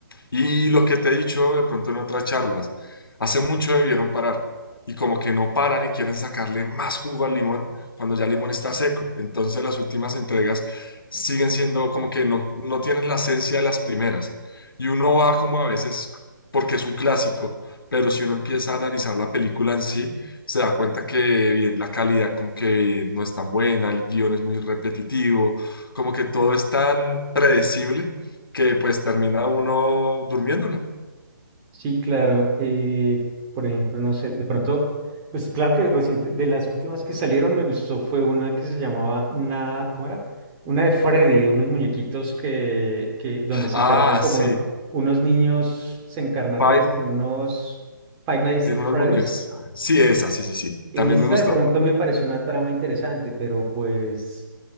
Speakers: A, on the left (about 75°); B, on the right (about 15°).
A: Y lo que te he dicho de pronto en otras charlas, hace mucho debieron parar y como que no paran y quieren sacarle más jugo al limón cuando ya el limón está seco. Entonces las últimas entregas siguen siendo como que no, no tienen la esencia de las primeras. Y uno va como a veces porque es un clásico, pero si uno empieza a analizar la película en sí, se da cuenta que bien, la calidad como que no es tan buena, el guión es muy repetitivo, como que todo es tan predecible que pues termina uno durmiéndola.
B: Sí, claro. eh, por ejemplo, no sé, de pronto, pues claro que reciente, de las últimas que salieron me gustó fue una que se llamaba Na, ¿cómo era? Una de Freddy, de unos muñequitos que, que donde se
A: Ah,
B: encarnaba como
A: sí.
B: unos niños se encarnaron
A: Five
B: de- en unos Five Nights
A: en
B: at Freddy's.
A: unos muñecos. Sí, esa, sí, sí, sí.
B: Esta
A: También me gustó.
B: de pronto me pareció una trama interesante, pero pues